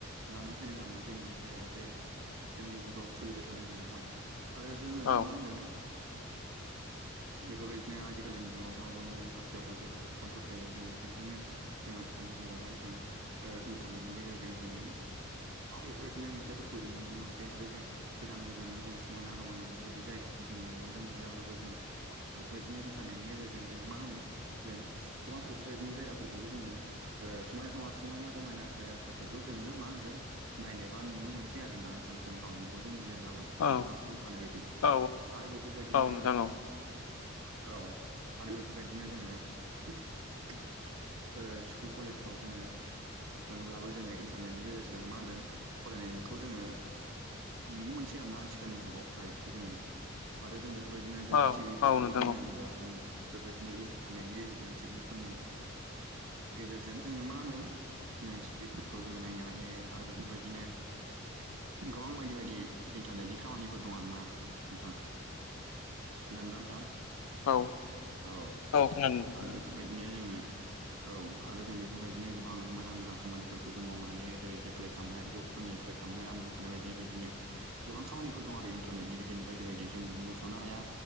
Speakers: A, on the right (about 75°); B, on the left (about 85°).
A: लानानै फैदों आरोना जोंनि बे आथिखालनि जुगाव सोलिबाय थानाय जुगावहाय आरो जोङो
B: औ औ
A: मा होनदों बेफोरबायदिनो आजिखालिनि जुगावथ' बयनि आखायावबो बेफोरबायदिनो फनफोर थायो जों बेफोरजोंनो जों आथिखालनि जुगावहाय जों इन्टारनेटनि गेजेरजों जों गोबां बेफोरबायदिनो नुथथायफोरखौ जों नुनो मोनसै आरो जे गोजान गोजाननि जों समायना रमायना बेफोरबायदि जायगाखौ जोङो मेगनजों नुहैयाब्लाबो जों बेफोरबायदिनो इन्टारनेटनि गेजेरजों जों मा होनो जों गोबां बेफोरबायदिनो जायगाफोरखौबो जोङो समायना समान समायना रमायना जायगाफोरखौबो जोङो मा होनदों नायनोबा नुनो मोनसै आरो ना नोंथां जों गावनि मेगनजों नु हैयाब्लाबो
B: औ
A: नोंथाङा बुंखानाय बायदि
B: औ
A: आरो बेफोरबायदिनो जोङो
B: नोंथां औ
A: औ आरो बेफोरबायदिनो जोङो ओ स्कुल कलेजफ्राव जोङो थाङोब्लाबो जोङो इन्टारनेटनि गेजेरजों मा होनदों फरायनायखौ जोङो नुनो मोन सै आरोना आथिखालनि जुगाव फ्राय जोङो आरो जों बे फोरबायदिनो जों
B: औ
A: टिभिफोरखौबो
B: औ नोंथां औ नोंथां
A: जों
B: औ
A: नायनोबा जों बेबायदिनो इन्टारनेटनि गेजेरजों सिगनेल फोरनि गेजेरजों जोङो मा होनदों जोङो टिभिफोरखौ जोङो नायनो हायो आरो बेफोरबायदिनो गोबां बायदि बायदि इन्टारनेटनि खामानिफोर दं आरोना नोंथां खोनादों ना नोंथां
B: औ
A: औ
B: खोनादों नोंथां
A: आरो बे बादिनो जोङो औ आरो जों बेफोरबायदिनो गोबां मोजां मोजां खामानिफोरखौ जों मावनो हायो जेरै एप्लाइ खालामनाय जब्सफोरनि एप्लाइ खालामनाय आं बुंखानाय बायदिनो बिदिनो गोबां खामानिफोर दं आरो इन्टारनेटनि बिदिनो बायदि बायदि जों बुंस'नो हाया